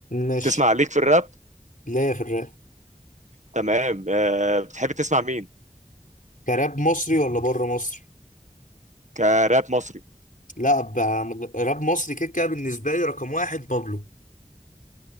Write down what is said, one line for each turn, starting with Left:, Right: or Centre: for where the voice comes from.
Left: ماشي
Right: تسمع عليك في الراب
Left: ليه في الراب
Right: تمام أه بتحب تسمع مين
Left: كراب مصري ولا بره مصر
Right: كراب مصري
Left: لا ب- راب مصري كده كده بالنسبه لي رقم واحد بابلو